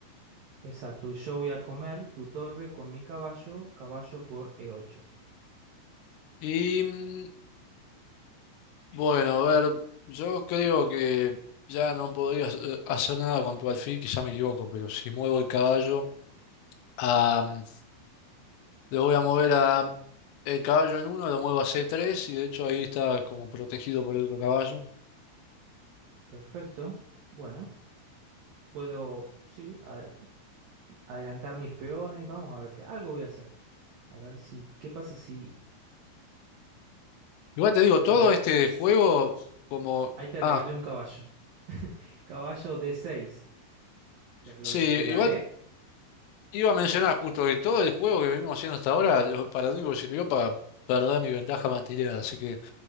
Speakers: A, on the right (about 75°); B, on the left (about 80°).
A: Exacto, y yo voy a comer tu torre con mi caballo, caballo por e ocho.
B: Y mm, bueno, a ver, yo creo que ya no podría hacer hacer nada con tu alfil, quizá me equivoco, pero si muevo el caballo, a, mm, le voy a mover a el caballo en uno, lo muevo a C3 y de hecho ahí está como protegido por el otro caballo.
A: Perfecto. Bueno, puedo, sí, a- adelantar mis peones. Vamos a ver qué. Algo voy a hacer. A ver si, ¿qué pasa si
B: Igual te digo, todo
A: te re-
B: este juego como...
A: ahí te
B: Ah,
A: regalé un caballo? <laughs> Caballo d seis. ¿Te lo
B: sí, igual
A: regalé?
B: Iba a mencionar justo que todo el juego que venimos haciendo hasta ahora, lo- para lo único que sirvió para perder mi ventaja material. Así que